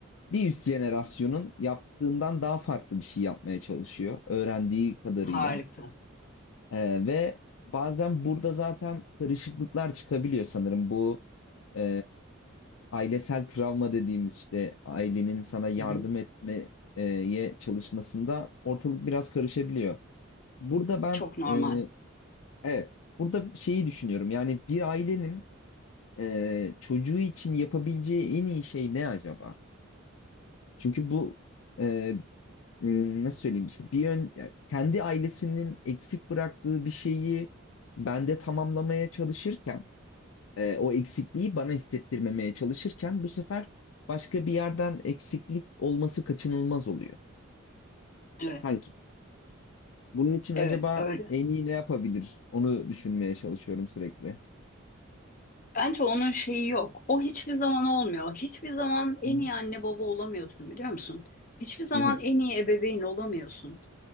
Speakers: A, on the left; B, on the left.
A: bir üst jenerasyonun yaptığından daha farklı bir şey yapmaya çalışıyor öğrendiği kadarıyla.
B: harika.
A: Ee, ve bazen burada zaten karışıklıklar çıkabiliyor sanırım. Bu e, ailesel travma dediğimiz işte ailenin sana yardım
B: Hı hı.
A: etmeye çalışmasında ortalık biraz karışabiliyor. Burada ben
B: Çok normal.
A: e, evet burada şeyi düşünüyorum yani bir ailenin e, çocuğu için yapabileceği en iyi şey ne acaba? Çünkü bu e, ım, nasıl söyleyeyim işte bir yön ya kendi ailesinin eksik bıraktığı bir şeyi bende tamamlamaya çalışırken e, o eksikliği bana hissettirmemeye çalışırken bu sefer başka bir yerden eksiklik olması kaçınılmaz oluyor
B: Evet,
A: sanki. Bunun için acaba
B: evet öyle.
A: en iyi ne yapabilir? Onu düşünmeye çalışıyorum sürekli.
B: Bence onun şeyi yok. O hiçbir zaman olmuyor. Hiçbir zaman en
A: Hı hı.
B: iyi anne baba olamıyorsun biliyor musun? Hiçbir zaman
A: Hı hı.
B: en iyi ebeveyn olamıyorsun.